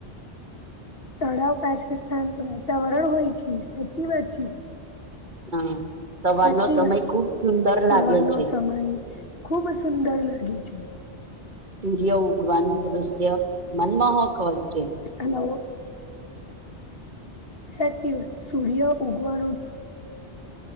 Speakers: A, on the left; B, on the right.
A: તળાવ પાસે શાંત વાતાવરણ હોય છે સાચી વાત છે
B: હા સવારનો
A: સાચી
B: સમય
A: વાત છે
B: ખુબ સુંદર
A: સવાર
B: લાગે
A: નો
B: છે
A: સમય ખૂબ સુંદર લાગે છે
B: સૂર્ય ઉગવાનું દૃશ્ય મનમોહક હોય છે
A: હલો સાચી સૂર્ય ઉગવાનું